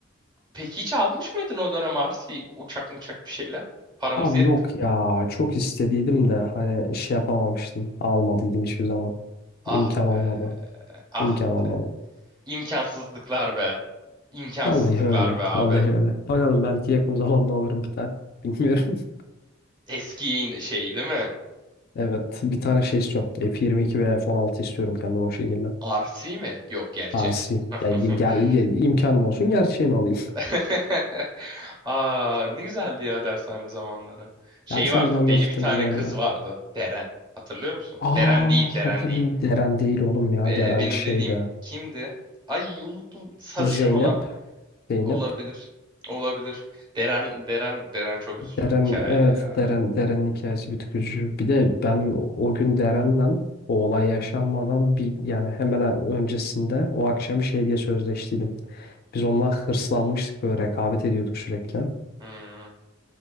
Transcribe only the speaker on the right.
Peki hiç almış mıydın o dönem RC uçak muçak bir şeyler? Paramız
yet.
Ah
be. Ah
be. İmkansızlıklar be. İmkansızlıklar
be abi.
Eski yayın şey değil mi?
RC mi? Yok gerçek.
<laughs>
<laughs> Aa, ne güzeldi ya dershane zamanları. Şey
vardı,
deli bir
tane
kız vardı. Deren. Hatırlıyor musun?
Deren değil,
Deren değil.
Ee,
benim
dediğim kimdi? Ay unuttum. Sarışın
olan.
Olabilir. Olabilir. Deren, Deren, Deren çok üzücü
bir hikaye
ya.
Hmm,